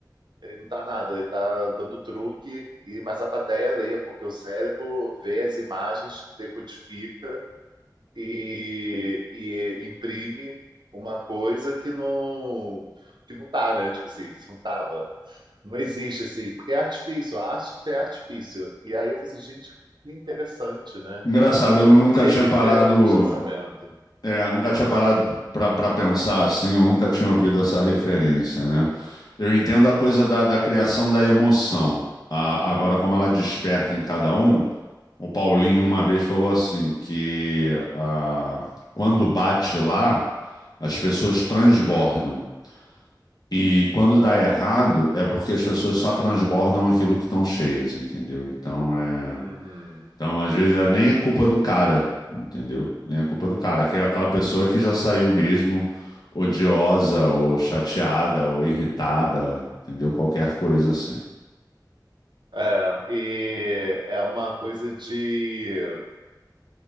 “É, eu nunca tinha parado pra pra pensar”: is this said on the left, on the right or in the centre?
Left